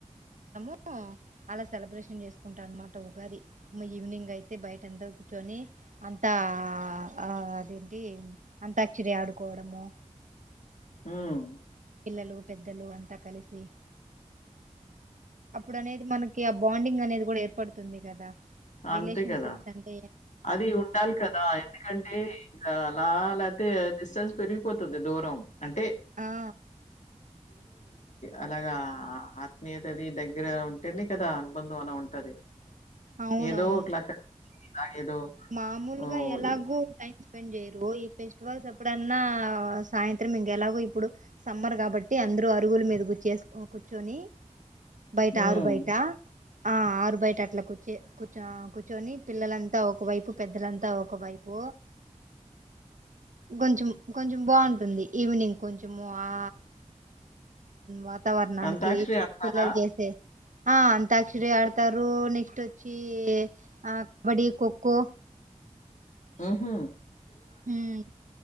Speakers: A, on the right; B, on the left.
A: హు అలా సెలబ్రేషన్ చేసుకుంటా అనమాట ఉగాది ఈవినింగ్ అయితే బయట ఎంత కూర్చొని అంత ఆ ఆ అదేంటి అంతాక్షరి ఆడుకోవడము
B: హ్మ్
A: పల్లు పెద్దలు అంతా కలిసి అప్పుడు అనేది మనకి ఆ బాండింగ్ అనేది కూడా ఏర్పడుతుంది కదా
B: అంతే
A: రిలేషన్షిప్
B: కదా!
A: తంతే
B: అది ఉండాలి కదా ఎందుకంటే ఇంకా అలా లేతే డిస్టెన్స్ పెరిగిపోతుంది దూరం అంటే
A: ఆ
B: అలాగా ఆత్మీయత అది దగ్గర ఉంటేనే కదా అనుబంధం అలా ఉంటది
A: అవునవును
B: ఏదో ఒకలా ఇలాగేదో
A: మామూలుగా
B: ఓహ్!
A: ఎలాగో
B: ఎ
A: టై ెండ్ చేయరు ఈ ఫెస్టివల్స్ ఎప్పుడన్నా సాయంత్రం ఇంకెలాగ ఇప్పుడు సమ్మర్ కాబట్టి అందరుూ అరుగుల మీద కూచేసు కూర్చొని బయట
B: హ్మ్.
A: ఆరు బయట ఆ ఆరు బయట అట్లా కూర్చోర్చ కూర్చొని పిల్లలంతా ఒకవైపు పెద్దలంతా ఒకవైపు కొంచెం కొంచెం బాగుంటుంది ఈవినింగ్ కొంచెము ఆ వాతావరణానికి
B: అంతాక్షరి ఆడతారా?
A: పిల్లలు చేసే ఆ అంతాక్షరి ఆడతారు నెక్స్ట్ వచ్చి ఆ కబడ్డి ఖో ఖో
B: ఉహూ
A: ఉం